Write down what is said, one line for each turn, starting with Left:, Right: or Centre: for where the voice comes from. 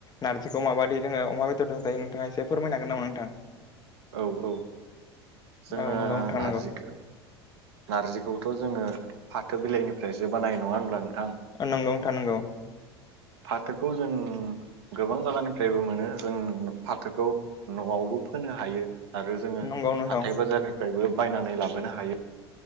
Left: नारजिखौ माबायदि जोङो अमा बेदरजोंं जायो नोंथाङा एसे फोरमायनो हागोन नामा नोंथां
Right: औ औ जोङो
Left: औ नंगौ नोंथां
Right: नारजि नारजिखौथ जोङो फाथो बिलाइनिफ्रायसो बानायो नङा होनब्ला नोंथां?
Left: नोंगौ नोंथां नोंगौ
Right: फाथोखौ जों गोबां जायगानिफ्रायबो मोनो जों फाथोखौ न'आवबो फोनो हायो आरो जोङो
Left: नंगौ नोंथां
Right: हाथाय बाजारनिफ्रायबो बायनानै लाबोनो हायो